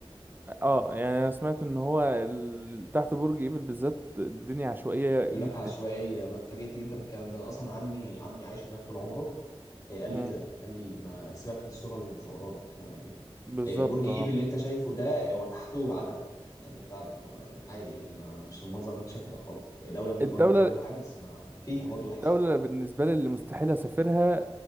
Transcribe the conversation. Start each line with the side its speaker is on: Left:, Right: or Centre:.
Right: اه يعني أنا سمعت إن هو ال... تحت برج إيفل بالذات الدنيا عشوائية
Left: بيقول
Right: جدا
Left: لك عشوائية أنا اتفاجئت جدا بالكلام ده أنا أصلا عمي عمي عايش هناك طول عمره إيه قال لي
Right: مم.
Left: كده قال لي ما سيبك من الصورة اللي متصورة لك يعني
Right: بالظبط
Left: إيه برج
Right: اه
Left: إيفل اللي أنت شايفه ده هو تحته عتبة يعني فعلا آه، عادي يعني ما مش المنظر اللي أنت شايفه ده خالص إيه، دولة نظيفة
Right: الدولة
Left: جدا وكل حاجة بس ما فيها برضه
Right: الدولة
Left: وحش يعني.
Right: بالنسبة لي اللي مستحيل أسافرها